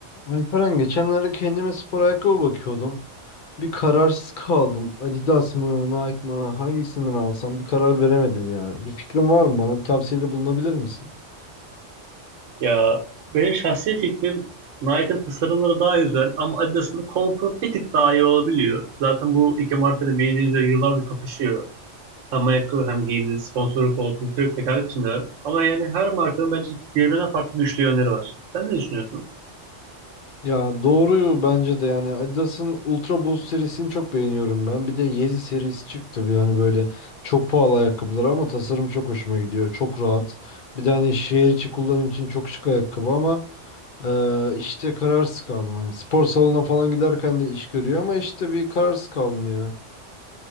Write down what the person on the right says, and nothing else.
Ya benim şahsi fikrim Nike'ın tasarımları daha güzel ama Adidas'ın konfor bir tık daha iyi olabiliyor. Zaten bu iki marka da bildiğiniz üzere yıllardır kapışıyor. Hem ayakkabı hem giyimde sponsorluk olsun sürekli rekabet içindeler. Ama yani her markanın bence birbirinden farklı güçlü yönleri var. Sen ne düşünüyorsun?